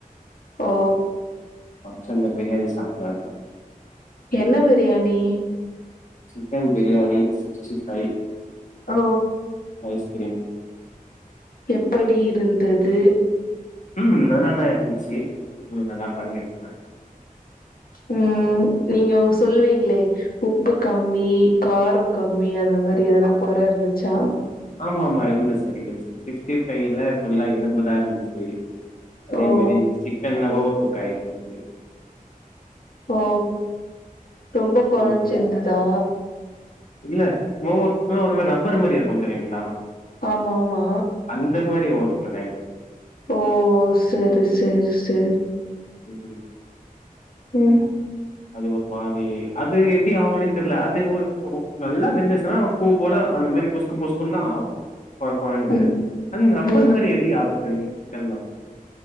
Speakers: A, on the left (about 80°); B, on the left (about 55°).
A: ஓ
B: ஃபங்ஷன்ல பிரியாணி சாப்ட்டு வன்ட
A: என்ன biryani
B: chicken biryani sixty five
A: ஓ
B: ஐஸ் பிரியாணி
A: எப்படி இருந்தது
B: ம் நல்லாதா இருந்துச்சு ம் நல்லா பண்ணிருந்தா
A: ம் நீங்க உ சொல்லுவீங்ளே உப்பு கம்மி காரொ கம்மி அந்த மாரி எதனா கொற இருந்துச்சா
B: ஆமா ஆமா இருந்துச்சு இருந்துச்சு சிக்ஸ்டி ஃபைவ்ல ஃபுல்லா எலும்பதா இருந்துச்சு அதே
A: ஓ
B: மாரி சிக்கன் லவ்வொ குக் ஆயிந்துச்சு
A: ஓ ரொம்ப கொழஞ்சிந்ததா
B: ம் இல்ல ஒவர் குக்ல ஒரு மாரி ரப்பர் மாரி இருக்கு தெரியுங்களா
A: ஆமா ஆமா
B: அந்த மாரி ஓ கெடையா
A: ஓ சரி சரி சரி
B: ம்
A: ம்
B: அது ஒரு மாரி அது எப்டி ஆவுன்னே தெரில அது ஒ ஒ நல்லா வெந்துச்சுன்னா ஃபூ போட அந்த மாரி பொஸ்க் பொஸ்க்குன் தா ஆவு கொழ கொழன்னு
A: ம்
B: அந்த ரப்பர்
A: ம்
B: மாரி எப்டி ஆவுது சிக்கன்ல